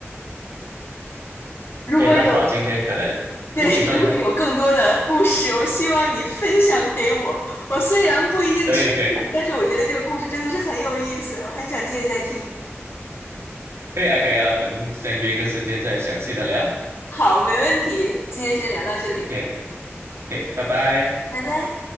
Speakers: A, on the left; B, on the right.
A: 如果有。
B: 哎，那好，今天可能，
A: <laughs> 对，
B: 嗯，你说你说，
A: 如果有更多的故事，我希望你分享给我。我虽然不一定全信，
B: 可以可以
A: 但是我觉得这个故事真的是很有意思，我很想接着再听。
B: 可以啊可以啊，我们再约一个时间再详细的聊。
A: 好，没问题，今天先聊到这里，
B: OK OK，拜拜。
A: 拜拜。